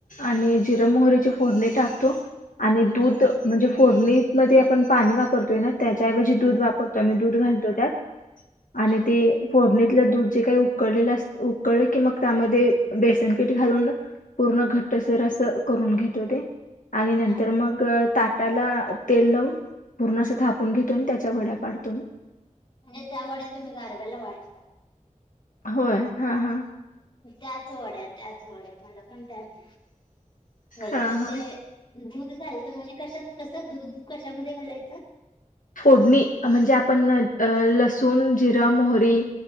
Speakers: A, on the left; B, on the left.
A: आणि, जिर मोहरीची, फोडणी टाकतो. आणि दूध
B: हा
A: म्हणजे फोडणीत मध्ये आपण पाणी वापरतोय ना, त्याच्या ऐवजी दूध वाप रतोय त्यात आम्ही दूध घालतो त्यात आणि
B: हा
A: ते फोडणीत ल दूध जे काय उकळलेलं अस उकळलं की, मग त्यामध्ये बेसनपीठ घालून पूर्ण घट्ट सर अस करून घेतो ते आणि नंतर
B: हा
A: मग ताटाला तेल लावून. पूर्ण अस थापून घेतो अन त्याच्या वड्या पाडतो म.
B: म्हणजे त्या वड्या तुम्ही गारव्याला वाटता?
A: होय. हा हा.
B: त्याच वड्या, त्याच वड्या मला पण त्याच. मला
A: हा
B: पण
A: हा
B: ते दूध घालत म्हणजे कशात कस दूध कशामध्ये घालायचं?
A: फोडणी म्हणजे आपण लसूण, जिरं, मोहरी